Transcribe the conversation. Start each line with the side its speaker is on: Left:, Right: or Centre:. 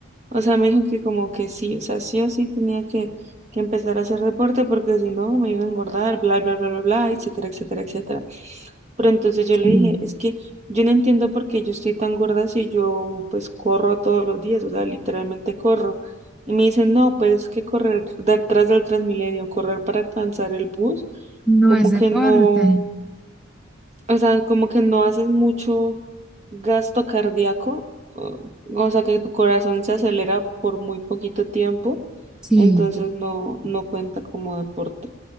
Right: O sea, me dijo que como que sí, o sea, sí o sí tenía que, que empezar a hacer deporte porque si no me iba a engordar, bla, bla, bla, bla, bla, etcétera, etcétera, etcétera. Pero entonces yo
Centre: Sí.
Right: le dije, es que yo no entiendo por qué yo estoy tan gorda si yo pues corro todos los días, o sea, literalmente corro. Y me dicen, no, pues es que correr detrás del Transmilenio, correr para alcanzar el bus,
Centre: No
Right: como
Centre: es deporte.
Right: que no. O sea, como que no haces mucho gasto cardíaco, o, o sea, que tu corazón se acelera por muy poquito tiempo,
Centre: Sí.
Right: entonces no, no cuenta como deporte.